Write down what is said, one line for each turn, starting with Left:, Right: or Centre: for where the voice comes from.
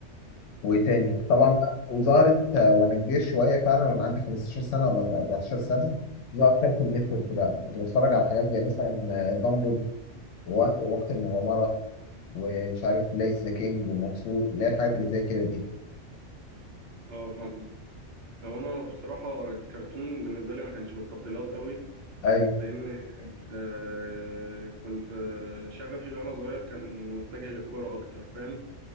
Left: وايه تاني طبعا
Right: فاهمك
Left: وظهرت آه، وانا كبير شويه فعلا وانا عندي 15 سنه ولا 14 سنه ظهرت كان في النتورك بقى كنت بتفرج على حاجات زي مثلا دامبل ووقت وقت المغامره ومش عارف ليس ذا كينج ومنصور اللي هي الحاجات اللي زي كده دي
Right: اه فاهمك هو انا بصراحه الكرتون بالنسبه لي ما كانش من التفضيلات قوي
Left: ايوه
Right: لان آه كنت آه، شغفي وانا صغير كان متجه للكوره اكتر فاهم